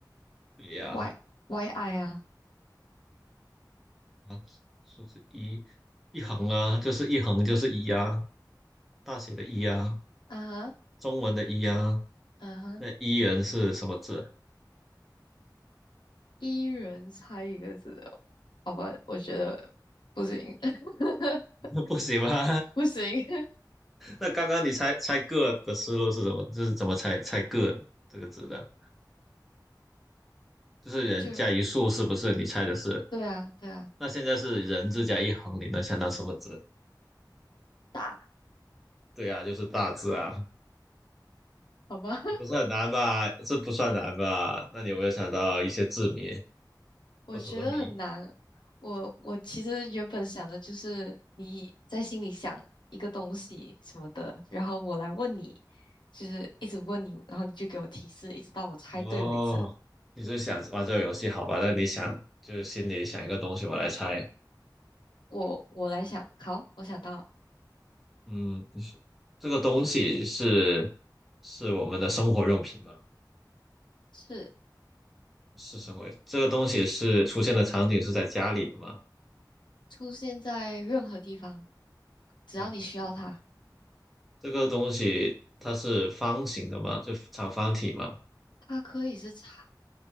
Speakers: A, in the centre; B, on the left (about 80°).
A: 对呀、
B: ？Y Y I 啊，
A: 啊，数字一一横啊，就是一横就是一啊，大写的一啊，
B: 啊哈，
A: 中文的一啊，
B: 啊哈，
A: 那一人是什么字？
B: 一人猜一个字，好吧，我觉得不行，<laughs>
A: <laughs> 不行吗？
B: 不行，
A: 那刚刚你猜猜个的思路是什么？就是怎么猜猜个这个字的？就是人加一竖，
B: <laughs> 就
A: 是不是？你猜的是？
B: 对啊，对啊，
A: 那现在是人字加一横，你能想到什么字？
B: 大，
A: 对啊，就是大字啊，
B: 好吧。<laughs>
A: 也不是很难吧？这不算难吧？那你有没有想到一些字谜
B: 我觉得很难。
A: 或者说谜？
B: 我我其实原本想的就是你在心里想一个东西什么的，然后我来问你，就是一直问你，然后你就给我提示，一直到我猜对为止。
A: 哦，你是想玩这个游戏好吧？那你想就是心里想一个东西，我来猜。
B: 我我来想，好，我想到
A: 嗯，这个东西是是我们的生活用品吗？
B: 是
A: 是什么？这个东西是出现的场景是在家里的吗？
B: 出现在任何地方，只要你需要它，
A: 任何地方。这个东西它是方形的吗？就长方体吗？
B: 它可以是长，